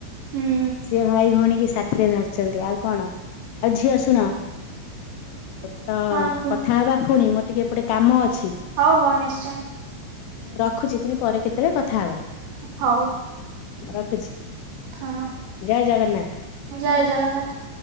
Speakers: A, on the right; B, on the left.
A: ହୁଁ
B: ସିଏ ଭାଇ ଭଉଣୀ କି ସାଥିରେ ଧରିଛନ୍ତି ଆଉ କଣ ଆଉ ଝିଅ ଶୁଣ ତ
A: ହଁ କୁହ
B: କଥା ହବା ପୁଣି ମୋର ଟିକେ ଏପଟେ କାମ ଅଛି
A: ହଉ ହଉ ନିଶ୍ଚୟ
B: ରଖୁଛି ପୁଣି ପରେ କେତେବେଳେ କଥା ହବା
A: ହଉ।
B: ମୁଁ ରଖୁଛି।
A: ହଁ
B: ଜୟ ଜଗନ୍ନାଥ।
A: ଯୟ ଜଗନ୍ନାଥ।